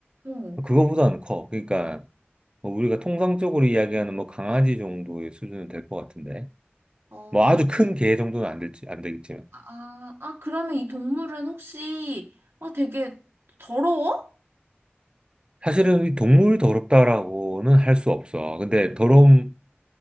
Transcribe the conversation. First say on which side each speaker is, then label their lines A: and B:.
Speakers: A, on the right; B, on the right.
A: 어.
B: 그거보다는 커. 그러니까 뭐 우리가 통상적으로 이야기하는 뭐 강아지 정도의 수준은 될 것 같은데
A: 어,
B: 뭐 아주 큰 개 정도는 안 될지 안 되겠지만
A: 아, 아, 아, 그러면 이 동물은 혹시, 아, 되게 더러워?
B: 사실은 이 동물이 더럽다라고는 할 수 없어. 근데 더러움